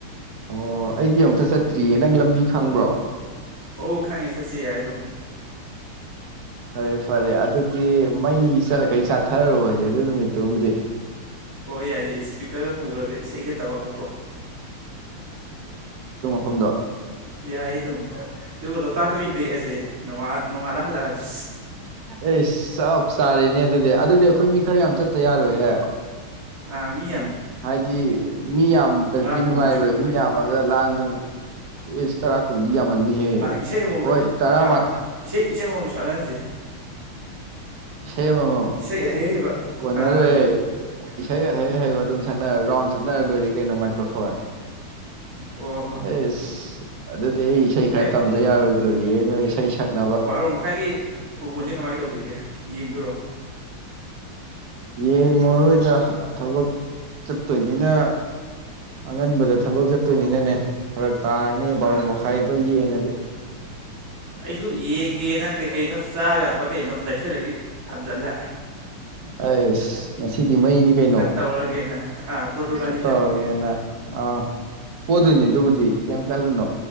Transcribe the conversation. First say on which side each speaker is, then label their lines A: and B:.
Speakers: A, on the right; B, on the right.
A: ꯑꯣ ꯑꯩꯗꯤ ꯑꯃꯨꯛꯇ ꯆꯠꯇ꯭ꯔꯤꯌꯦ ꯅꯪ ꯂꯝꯕꯤ ꯈꯪꯕ꯭ꯔꯣ꯫
B: ꯑꯣ ꯈꯪꯉꯦ ꯆꯠꯁꯤ ꯌꯥꯏ ꯑꯗꯨꯝ꯫
A: ꯐꯔꯦ-ꯐꯔꯦ ꯑꯗꯨꯗꯤ ꯃꯩ ꯆꯠꯂ ꯀꯩ ꯆꯥꯊꯔꯣꯍꯦ꯫ ꯑꯗꯨ ꯅꯨꯃꯤꯠꯇꯨ ꯃꯗꯤ꯫
B: ꯍꯣꯏ ꯌꯥꯏꯌꯦ ꯏꯁꯄꯤꯀꯔꯒ ꯄꯨꯔꯒ ꯏꯁꯩꯒ ꯇꯧꯔꯒꯀꯣ꯫
A: ꯐꯝꯗꫭ
B: ꯌꯥꯏ ꯑꯗꯨꯝ ꯑꯗꯨꯒ ꯂꯣꯛꯇꯥꯛꯇ ꯑꯣꯏꯅ ꯂꯦꯛꯑꯁꯦ ꯅꫭꯡꯉꯥꯜꯂ ꯅꯣꯡꯉꯥꯜꯂ ꯍꯜꯂꯛꯑꯁꯤ꯫
A: ꯑꯩꯁ ꯆꯥꯞ ꯆꯥꯔꯦꯅꯦ ꯑꯗꯨꯗꯤ ꯑꯗꯨꯗꯤ ꯑꯩꯈꯣꯏ ꯃꯤ ꯈꯔ ꯌꯥꯝ ꯆꯠꯇ ꯌꯥꯔꯣꯏꯍꯦ꯫
B: ꯑ ꯃꯤ ꯌꯥꯝ
A: ꯍꯥꯏꯗꯤ ꯃꯤ ꯌꯥꯝꯗ꯭ꯔꯗꯤ
B: ꯇꯔꯥ ꯀꯨꯟꯃꯨꯛ
A: ꯅꯨꯡꯉꯥꯏꯔꯣꯏ
B: ꯆꯠꯄ ꯐꯩ
A: ꯃꯤ ꯌꯥꯝꯃꯒ ꯂꯥꯡꯗꯅ ꯏꯁ ꯇꯔꯥ ꯀꯨꯟꯗꯤ ꯌꯥꯝꯃꯥꯟꯅꯤꯍꯦ
B: ꯏꯁꯩ ꯑꯃꯃꯝ
A: ꯑꯣꯏ ꯇꯔꯥ
B: ꯑꯥ
A: ꯃꯊꯣꯢ ꯎ <unintelligible>
B: ꯏꯁꯩ ꯏꯁꯩ ꯑꯃꯃꯝ ꯁꯛꯍꯟꯁꯦ
A: ꯏꯁꯩ ꯑꯃꯃꯝ
B: ꯏꯁꯩ ꯑꯍꯩ ꯑꯍꯩꯕ
A: ꯀꯣꯟꯅꯔꯣꯏꯌꯦ
B: ꯑꯥ
A: ꯏꯁꯩ ꯑꯍꯩ ꯍꯩꯍꯩꯕ ꯑꯗꯨꯝ ꯁꯛꯅꯔꯔꯣꯏ ꯔꯥꯎ ꯆꯠꯅꯔ ꯂꯣꯏꯔꯦ ꯀꯩꯅꯣ ꯃꯥꯏꯀ꯭ꯔꯣꯐꯣꯟ
B: ꯑꯣ
A: ꯑꯦꯁ ꯑꯗꯨꯗꯤ ꯑꯩ ꯏꯁꯩ
B: ꯍꯣꯔꯦꯟ
A: ꯈꯔ
B: ꯄꯨꯡ
A: ꯇꯝꯗ ꯌꯥꯔꯣꯏꯗꯣꯔꯤꯌꯦ ꯅꯣꯏ ꯏꯁꯩ ꯁꯥꯛꯅꯕ
B: ꯕꯥꯔꯣ ꯃꯈꯥꯏꯒꯤ ꯐꯨꯠꯕꯣꯜꯁꯦ ꯀꯃꯥꯏꯅ ꯇꯧꯁꯤꯒꯦ ꯌꯦꯡꯗꯣꯏꯔꯣ
A: ꯌꯦꯡꯉꯔꯣꯏꯗ ꯊꯕꯛ ꯆꯠꯇꯣꯏꯅꯤꯅ ꯑꯉꯟꯕꯗ ꯊꯕꯛ ꯆꯠꯇꯣꯏꯅꯤꯅꯅꯦ
B: ꯑꯣ
A: ꯐꯔꯛ ꯇꯥꯔꯅꯤ ꯕꯥꯔꯣ
B: ꯑꯥ
A: ꯃꯈꯥꯏ ꯑꯗꯨ ꯌꯦꯡꯉꯗꯤ <unintelligible>
B: ꯑꯩꯁꯨ ꯌꯦꯡꯒꯦꯅ ꯀꯩ ꯀꯩꯅꯣ ꯆꯥꯕ ꯌꯥꯕ ꯀꯩꯅꯣ ꯂꯩꯁꯤꯜꯂꯒꯗꯤ ꯊꯝꯖꯤꯜꯂꯦ
A: ꯑꯁ ꯉꯁꯤ ꯗꯤ ꯃꯩꯅꯤ ꯀꯩꯅꯣ
B: ꯈꯔ ꯇꯧꯔꯒꯦꯅ ꯑꯥ ꯄꯣꯔꯇꯨꯒꯥꯜꯅꯤꯅꯀꯣ
A: ꯈꯔꯥꯇꯧꯔꯒꯦꯅ ꯑꯥ ꯕꯣꯗꯣꯏꯅꯤ ꯗꯨꯕꯨꯗꯤ ꯀꯤꯝ ꯈꯥꯜꯂꯨꯅꯣ